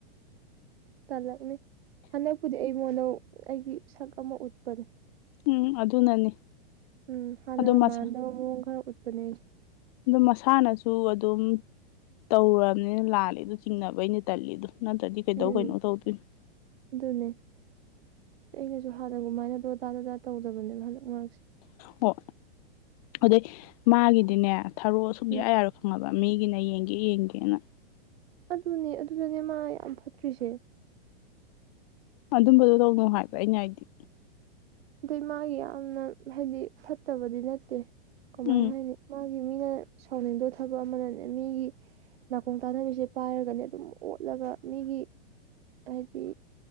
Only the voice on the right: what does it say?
ꯇꯜꯂꯛꯅꯤ ꯍꯟꯗꯛꯄꯨꯗꯤ ꯑꯩ ꯃꯣꯏꯗꯣ ꯑꯩꯒꯤ ꯁꯛ ꯑꯃ ꯎꯠꯄꯅꯦ
ꯎꯝ ꯍꯥꯟꯅꯒ
ꯃꯥꯟꯗꯕ ꯃꯑꯣꯡ ꯈꯔ ꯎꯠꯄꯅꯦ ꯑꯩ
ꯎꯝ
ꯑꯗꯨꯅꯦ ꯑꯩꯅꯁꯨ ꯍꯥꯟꯅꯒꯨꯝꯃꯥꯏꯅ ꯗꯣꯗꯥ ꯗꯣꯗꯥ ꯇꯧꯗꯕꯅꯦꯕ ꯍꯟꯗꯛ ꯃꯔꯛꯁꯦ
ꯎꯝ
ꯑꯗꯨꯅꯦ ꯑꯗꯨꯗꯅꯦ ꯃꯥ ꯌꯥꯝ ꯐꯠꯇ꯭ꯔꯤꯁꯦ
ꯑꯗꯩ ꯃꯥꯒꯤ ꯌꯥꯝꯅ ꯍꯥꯏꯗꯤ ꯐꯠꯇꯕꯗꯤ ꯅꯠꯇꯦ ꯀꯃꯥꯏ
ꯍꯥꯏꯅꯤ ꯃꯥꯒꯤ ꯃꯤꯅ ꯁꯥꯎꯅꯤꯡꯗꯣ ꯊꯕꯛ ꯑꯃꯅꯅꯦ ꯃꯤꯒꯤ ꯅꯥꯀꯣꯡ ꯇꯥꯅꯕꯤꯁꯦ ꯄꯥꯏꯔꯒꯅꯦ ꯑꯗꯨꯝ ꯑꯣꯠꯂꯒ ꯃꯤꯒꯤ ꯍꯥꯏꯗꯤ